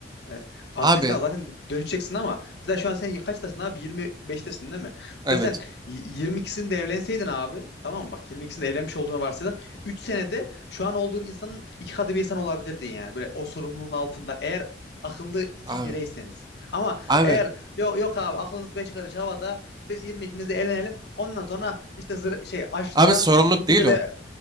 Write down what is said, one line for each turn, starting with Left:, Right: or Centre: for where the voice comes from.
Left: E, farklı
Right: abi
Left: insan zaten dönüşeceksin ama mesela şu an sen kaçtasın abi? 25'tesin değil mi? Mesela
Right: evet
Left: sen y- 22'sinde evlenseydin abi tamam mı? Bak 22'sinde evlenmiş olduğunu varsaydık. 3 senede şu an olduğun insanın iki katı bir insan olabilirdin yani. Böyle o sorumluluğun altında eğer akıllı iki
Right: abi
Left: bireyseniz. Ama
Right: abi
Left: eğer yok yok abi aklınız beş karış havada biz 22'mizde evlenelim. Ondan sonra işte zır- şey açlıktan
Right: abi sorumluluk
Left: işte bir köşede
Right: değil o.